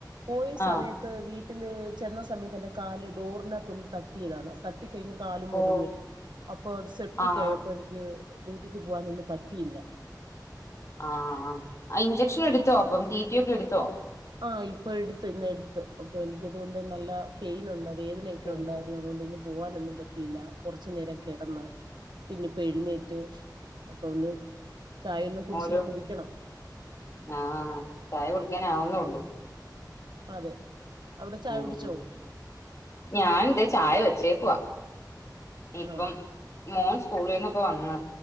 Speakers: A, on the right (about 85°); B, on the left (about 40°).
A: പോയ
B: ആഹ്
A: സമയത്ത് വീട്ട- ട്ട ചെന്ന സമയത്ത് എന്റെ കാല് ഡോറിനത്തു തട്ടതാണ് തട്ടി - കഴിഞ്ഞ കാല് മുറിഞ്ഞ്
B: ഓ
A: അപ്പൊ അത് സെപ്റ്റക്
B: ആഹ്
A: ആയപ്പോ എനിക്ക്- ഡ്യൂട്ടിക്ക് പോവാനൊന്നും പറ്റിയില്ല
B: ആഹ് ഇഞ്ചെക്ഷൻ എടുത്തോ അപ്പം റ്റി റ്റി ഒക്കെ എടുത്തോ
A: ആഹ് ഇപ്പൊ എടുത്ത് ഇന്ന് എടുത്ത് അപ്പൊ എനിക്കതുകൊണ്ട് നല്ല- പെയിൻ ഉണ്ട് വേദനയൊക്കെ
B: പിന്നെ
A: ഉണ്ടായിരുന്നു അതുകൊണ്ട് ഇന്ന് പോകാനൊന്നും പറ്റിയില്ല കൊറച്ചു നേരം കിടന്ന്- പിന്നെപ്പോൾ എഴുന്നേറ്റ് അപ്പ ഒന്ന്- ചായൊന്നും കുടിച്ചില്ല
B: ഓരോ
A: കുടിക്കണം
B: ആഹ് ചായ കുടിക്കാന് ആവുന്നയുള്ളൂ
A: അതെ അവിടെ ചായ
B: ഉം
A: കുടിച്ചോ
B: ഞാൻ എന്റെ ചായ വെച്ചേക്കവാ ഇനി ഇപ്പം
A: ആണോ
B: മോൻ സ്കൂളിൽന്നൊക്കെ വന്ന്